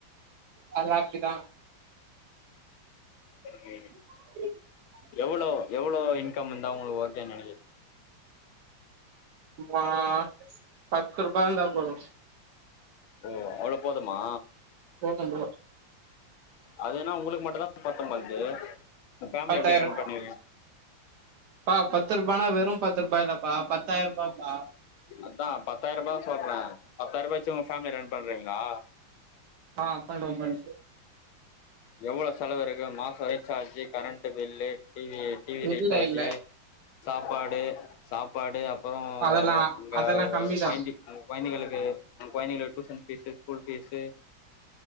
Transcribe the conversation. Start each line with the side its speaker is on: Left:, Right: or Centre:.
Right: அதுலா அப்டிதா
Left: சேரி
Right: <unintelligible>
Left: எவ்ளோ எவ்ளோ இன்கம் இருந்தா உங்களுக்கு ஓகேன் நெனைக்கிறிங்
Right: ஆ பத்துருபா இருந்தா போது
Left: ஓ அவ்வளோ போதுமா
Right: போதும்போ
Left: அதுனா உங்ளுக்கு மட்டுதா பத்தும்பொல்து அப்ப ஃபேமிலிய
Right: பத்தாயிர
Left: எப்டி ரன் பண்ணுவீங்க
Right: பா பத்துருபானா வெறு பத்துருபா இல்லப்பா பத்தாய்ருபாபா
Left: அத்தா பத்தாய்ருபாதா சொல்றே பாத்தாய்ருபா வெச்சு உங்க ஃபேமிலிய ரன் பண்றுவீங்ளா
Right: ஆ பண்டுவ பண்
Left: எவ்ளோ செலவு இருக்கு மாசோ recharge current bill T V T V
Right: இல்ல
Left: ரீசார்ஜு
Right: இல்ல
Left: சாப்பாடு சாப்பாடு அப்பறோ
Right: அதெல்லா
Left: இங்க
Right: அதெல்லா கம்மிதா
Left: கொய்ந்த நம்ம கொய்ந்தகளுக்கு நம்ம கொய்ந்தகளுக்கு டியூஷன் ஃபீஸு ஸ்கூல் ஃபீஸு